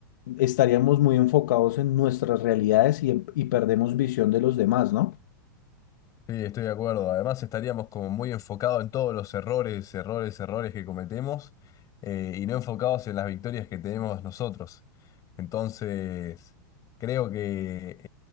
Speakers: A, on the left; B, on the left.
A: estaríamos muy enfocados en nuestras realidades y, en- y perdemos visión de los demás, ¿no?
B: Sí, estoy de acuerdo. Además, estaríamos como muy enfocados en todos los errores, errores, errores que cometemos eh, y no enfocados en las victorias que tenemos nosotros. Entonces, creo que